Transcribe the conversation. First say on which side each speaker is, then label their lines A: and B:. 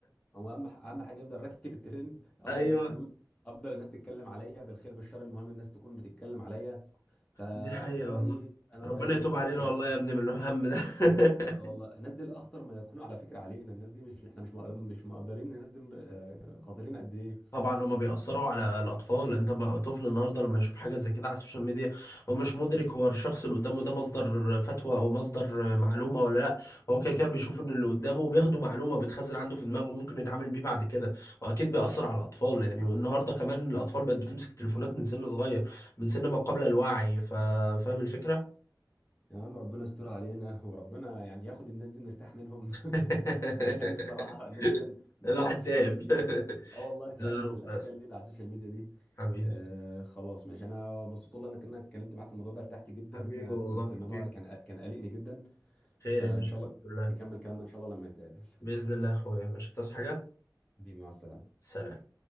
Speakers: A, on the left; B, on the left.
A: هو اهم اهم حاجه يفضل راكب الترند افضل
B: ايوه
A: اجيب فلوس افضل الناس تتكلم عليا بالخير بالشر المهم الناس تكون بتتكلم عليا فانا
B: دي حقيقة
A: برايي
B: والله
A: انا
B: ربنا
A: رايي الناس
B: يتوب
A: دول
B: علينا
A: يعني
B: والله يا ابني من الهم ده <laughs>
A: آه والله الناس دي الاخطر ما يكونوا على فكره علينا الناس دي مش احنا مش مق- مش مقدرين الناس دول آه، خطيرين قد ايه
B: طبعا هما بيأثروا على الأطفال أنت ما- طفل النهاردة لما يشوف حاجة زي كده على السوشيال ميديا هو مش مدرك هو الشخص اللي قدامه ده مصدر فتوى أو مصدر معلومة ولا لأ هو كده كده بيشوف إن اللي قدامه بياخده معلومة بتخزن عنده في دماغه ممكن يتعامل بيه بعد كده وأكيد بيأثر على الأطفال يعني النهاردة كمان الأطفال
A: ف...
B: بقت بتمسك تليفونات من سن صغير من سن ما قبل الوعي ف... فاهم الفكرة؟
A: يا عم ربنا يستر علينا <laughs> وربنا يعني ياخد الناس دي نرتاح منهم
B: <laughs>
A: <laughs> عشان بصراحة الناس دي مالوا
B: الواحد
A: السوشيال
B: تعب
A: ميديا
B: <laughs>
A: اه والله تعبنا
B: يا رب
A: من الاشكال
B: بس
A: دي اللي على السوشيال ميديا دي
B: حبيبي
A: آه خلاص ماشي انا مبسوط والله انك انك اتكلمت معاك في الموضوع ده ارتحت جدا
B: حبيبي والله
A: آه، كنت
B: حبيبي
A: الموضوع كان كان قلقني جدا
B: خير
A: فان
B: يا باشا
A: شاء
B: الحمد
A: الله
B: لله
A: نكمل كلامنا ان شاء الله لما نتقابل
B: بإذن الله يا أخويا مش هتصحى حاجة
A: حبيبي مع السلامة
B: سلام